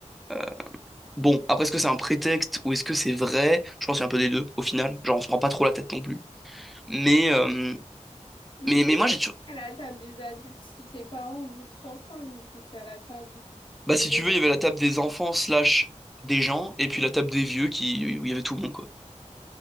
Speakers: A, in the centre; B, on the left.
A: Euh, bon, après, est-ce que c'est un prétexte ou est-ce que c'est vrai? Je pense qu'il y a un peu des deux, au final. Genre, on se prend pas trop la tête non plus. Mais, euh,
B: Mais
A: mais,
B: du
A: mais
B: coup, il
A: moi,
B: y avait
A: j'ai toujours...
B: qui à la table des adultes? Si tes parents de 30 ans, ils étaient à la table
A: Bah, si
B: des
A: tu veux,
B: enfants.
A: il y avait la table des enfants slash des gens, et puis la table des vieux qui... où il y avait tout le monde, quoi.